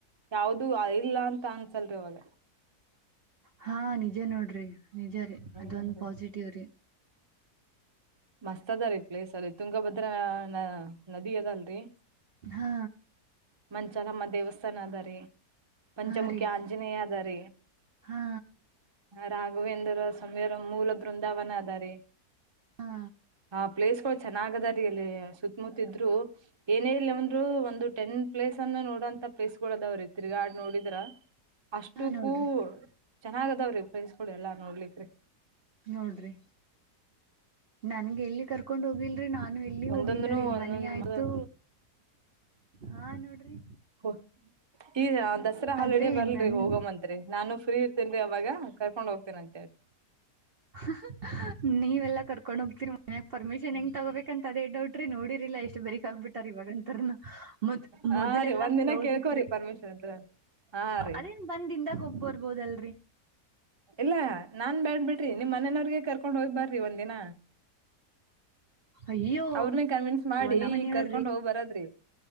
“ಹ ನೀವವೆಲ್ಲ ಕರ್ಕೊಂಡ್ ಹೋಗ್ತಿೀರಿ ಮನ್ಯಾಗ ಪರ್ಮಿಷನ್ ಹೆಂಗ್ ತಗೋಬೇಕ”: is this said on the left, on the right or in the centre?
Right